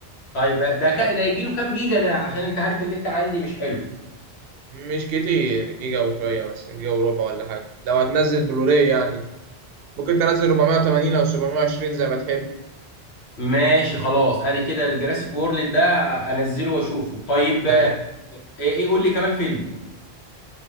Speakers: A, on the left (about 85°); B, on the right (about 70°).
A: طيب ده
B: آه،
A: ك... ده يجي له كام جيجا ده عشان انت عارف ان انت عندي مش حلو
B: مش كتير جيجا وشوية مثلا جيجا وربع ولا حاجة لو هتنزل بلوراي يعني ممكن تنزل 480 او 720 زي ما تحب
A: ماشي خلاص ادي كده الجراسيك وورلد ده انزله واشوفه طيب آه،
B: ايوه
A: ايه إيه- قول لي كمان فيلم